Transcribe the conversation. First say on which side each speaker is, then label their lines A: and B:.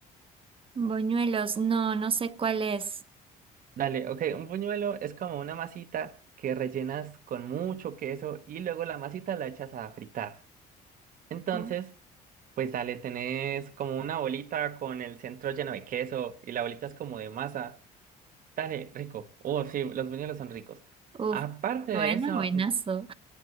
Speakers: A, on the right; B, on the right.
A: boñuelos, no, no sé cuál es.
B: Dale, ok, un buñuelo es como una masita que rellenas con mucho queso y luego la masita la echas a fritar. Entonces,
A: Oh.
B: pues dale, tenés como una bolita con el centro lleno de queso y la bolita es como de masa. Dale, rico. Oh, sí, los buñuelos son ricos.
A: Uf,
B: Aparte de
A: suena
B: eso,
A: buenazo.
B: en,